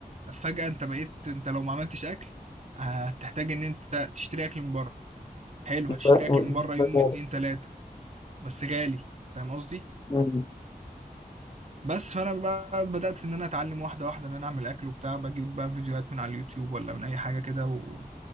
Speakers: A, on the right; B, on the left.
A: فجاه انت بقيت انت لو ما عملتش اكل آه، هتحتاج ان انت تشتري اكل من بره حلو هتشتري
B: ف-
A: اكل
B: و-
A: من بره يوم اتنين تلاتة بس غالي فاهم قصدي
B: مم.
A: بس فانا بقى بدأت ان انا اتعلم واحده واحده ان انا اعمل اكل وبتاع بجيب بقى فيديوهات من على اليوتيوب ولا من اي حاجه كده و...